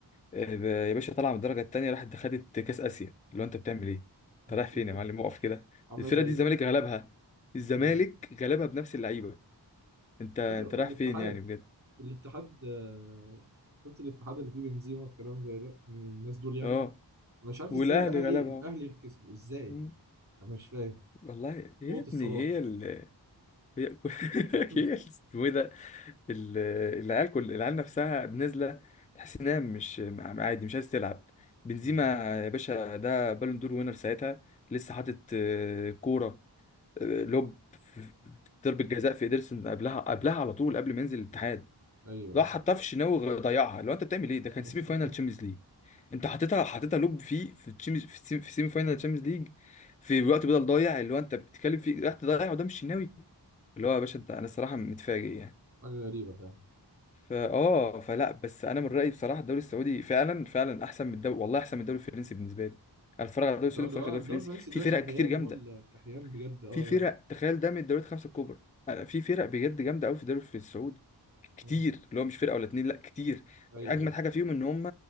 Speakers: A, on the left; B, on the right.
A: آه، يا باشا طالعه من الدرجه التانيه راحت خدت كاس اسيا اللي هو انت بتعمل ايه؟
B: <laughs>
A: انت رايح فين يا معلم اقف كده
B: عاملة
A: الفرقه
B: زي
A: دي الزمالك غلبها الزمالك
B: أيوه
A: غلبها بنفس اللعيبه انت
B: وفرق-
A: انت رايح
B: والاتحاد
A: فين يعني بجد
B: والاتحاد آه، شفت الاتحاد اللي فيه بنزيما والكلام زي ده الناس دول يعني
A: اه
B: انا مش عارف
A: والاهلي
B: ازاي الاهلي
A: غلبها
B: الاهلي
A: اهو
B: اللي كسبوا ازاي
A: مم.
B: انا مش فاهم
A: والله يا
B: قوة
A: ابني
B: الصداقة
A: هي ال هي <laughs>
B: <laughs>
A: هي ال- اسمه ايه ده ال- العيال كل العيال نفسها نازله تحس انها مش م- عادي مش عايز تلعب بنزيما
B: مم.
A: يا باشا ده بالون دور وينر ساعتها لسه حاطط آه، كوره آه، لوب في ضربه جزاء في ايدرسون قبلها قبلها على طول قبل ما ينزل الاتحاد
B: ايوه
A: راح
B: ايوه
A: حطها في الشناوي ضيعها لو انت بتعمل ايه ده كان
B: <laughs>
A: سيمي فاينال تشامبيونز ليج انت حطيتها حطيتها لوب فيه في الشامبيونز في السيمي في سيمي فاينال تشامبيونز ليج في وقت بدل ضايع اللي هو انت بتتكلم فيه راح تضيع قدام الشناوي اللي هو يا باشا انت انا الصراحه متفاجئ يعني
B: حاجة غريبة فعلا
A: فا اه فلا بس انا من رايي بصراحه الدوري السعودي فعلا فعلا احسن من الدوري والله احسن من الدوري الفرنسي بالنسبه لي انا بتفرج على الدوري
B: الدوري
A: السعودي ما بتفرجش
B: اه
A: على
B: الدوري
A: الدوري الفرنسي
B: الفرنسي ده
A: في فرق
B: كحيان
A: كتير جامده
B: مول كحيان بجد اه
A: في فرق
B: يعني
A: تخيل ده من الدوريات الخمسه الكبرى انا في فرق بجد جامده قوي في الدوري في السعودي كتير
B: مم.
A: اللي هو مش فرقه ولا اتنين لا كتير
B: ايوه
A: اجمد
B: ايوه
A: حاجه فيهم ان هم